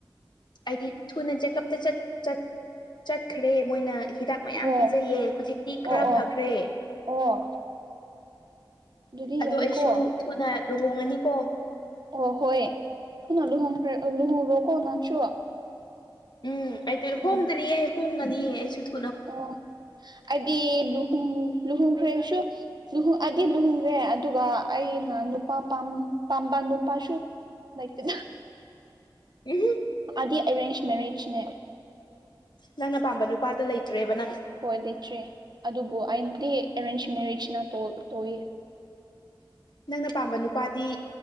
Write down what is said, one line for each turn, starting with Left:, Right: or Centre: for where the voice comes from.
Left: ꯑꯩꯗꯤ ꯊꯨꯅ ꯆꯦꯛꯀꯞꯇ ꯆꯠ ꯆꯠ ꯆꯠꯈ꯭ꯔꯦ ꯃꯣꯏꯅ ꯍꯤꯗꯥꯛ ꯃꯌꯥꯝ
Right: ꯑꯣ
Left: ꯄꯤꯖꯩꯌꯦ ꯍꯨꯖꯤꯛꯇꯤ
Right: ꯑꯣ
Left: ꯈꯔ
Right: ꯑꯣ
Left: ꯐꯈ꯭ꯔꯦ꯫
Right: ꯑꯣ꯫ ꯑꯗꯨꯗꯤ
Left: ꯑꯗꯣ
Right: ꯌꯥꯏꯌꯦꯀꯣ
Left: ꯑꯩꯁꯨ ꯊꯨꯅ ꯂꯨꯍꯣꯡꯉꯅꯤꯀꯣ꯫
Right: ꯑꯣ ꯍꯣꯏ ꯊꯨꯅ ꯂꯨꯍꯣꯡꯈꯔ ꯑꯥ ꯂꯨꯍꯣꯡꯈꯔꯣꯀꯣ ꯅꯪꯁꯨ
Left: ꯎꯝ ꯑꯩꯇꯨ ꯍꯣꯡꯗ꯭ꯔꯤꯌꯦ
Right: ꯎꯝ
Left: ꯍꯣꯡꯉꯅꯤꯌꯦ ꯑꯩꯁꯨ ꯊꯨ
Right: ꯑꯣ ꯑꯩꯗꯤ ꯂꯨꯍꯣꯡ ꯂꯨꯍꯣꯡꯈ꯭ꯔꯦꯁꯨ ꯂꯨꯍꯣ ꯑꯩꯗꯤ ꯂꯨꯍꯣꯡꯈ꯭ꯔꯦ ꯑꯗꯨꯒ ꯑꯩꯅ ꯅꯨꯄꯥ ꯄꯥꯝ ꯄꯥꯝꯕ ꯅꯨꯄꯥꯁꯨ ꯂꯩꯏꯇꯦ
Left: ꯎꯝꯍꯨꯝ꯫
Right: ꯃꯥꯗꯤ ꯑꯦꯔꯦꯟꯖ ꯃꯦꯔꯦꯖꯅꯦ꯫
Left: ꯅꯪꯅ ꯑꯄꯥꯝꯕ ꯅꯨꯄꯥꯗ ꯂꯩꯇ꯭ꯔꯦꯕ ꯅꯪ꯫
Right: ꯍꯣꯏ ꯂꯩꯇ꯭ꯔꯦ ꯑꯗꯨꯕꯨ ꯑꯩꯅꯗꯤ ꯑꯦꯔꯦꯟꯖ ꯃꯦꯔꯦꯖꯅ ꯇꯣ ꯇꯣꯋꯦ
Left: ꯅꯪꯅ ꯄꯥꯝꯕ ꯅꯨꯄꯥꯗꯤ